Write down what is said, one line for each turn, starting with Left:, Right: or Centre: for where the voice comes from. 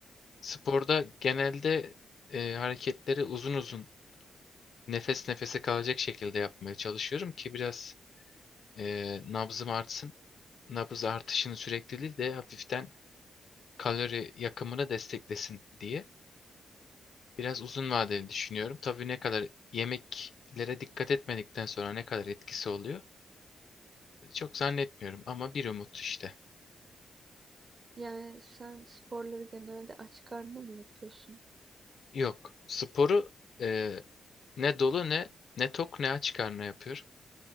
Left: Sporda genelde e, hareketleri uzun uzun nefes nefese kalacak şekilde yapmaya çalışıyorum ki biraz e, nabzım artsın. Nabız artışını sürekli değil de hafiften kalori yakımını desteklesin diye. Biraz uzun vadeli düşünüyorum. Tabii ne kadar yemeklere dikkat etmedikten sonra ne kadar etkisi oluyor çok zannetmiyorum ama bir umut işte.
Right: Yani sen sporları genelde aç karnına mı yapıyorsun?
Left: Yok. Sporu e, ne dolu ne ne tok ne aç karnına yapıyorum.